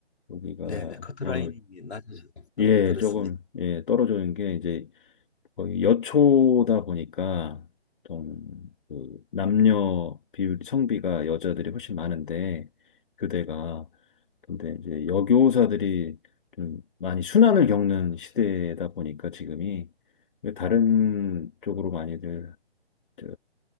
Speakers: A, on the left; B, on the left.
A: 여기가
B: 네네, 네. 커트라인이
A: 아무
B: 낮아졌다고
A: 예
B: 들었습니다.
A: 조금 예 떨어지는 게 이제 거의 여초다 보니까 좀그 남녀 비율 성비가 여자들이 훨씬 많은데 교대가 근데 이제 여교사들이 좀 많이 순환을 겪는 시대다 보니까 지금이 다른 쪽으로 많이들 저